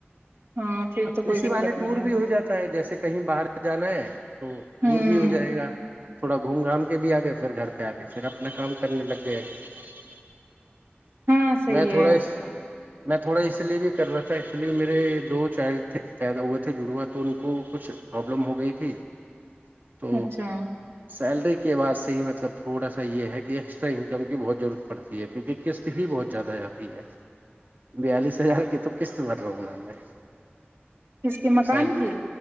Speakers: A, on the right; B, on the right.
A: ہاں پھر
B: اب
A: تو کوئی
B: اسی
A: دقت
B: باہے ٹور
A: نہیں ہے
B: بھی ہو جاتا ہے جیسے کہیں باہر جانا ہے تو ٹور
A: ہوں
B: بھی ہو جائے گا تھوڑا گھوم گھام کے بھی آگے پھر گھر پہ آ کے پھر اپ نا کام کرنے لگ گیا ہے
A: ہاں صحیح
B: میں تھوڑا
A: ہے
B: اس میں تھوڑا اس لیے بھی کر رہا تھا اس لیے میرے دوست چائلڈ پیدا ہوئے تھے جڑوا تو ان کو کچھ پرابلم ہو گئی تھی تو
A: اچھا
B: سیلری کا کے بعد سے ہی مطلب تھوڑا سا یہ ہے کہ ایکسٹرا انکم کی بہت ضرورت پڑتی ہے کیونکہ قسط ہی بہت زیادہ جاتی ہے بیالیس ہزار کی تو قسط بھر لا ہوں میںا میں
A: کس کے
B: تو
A: مکان
B: سیلری
A: کی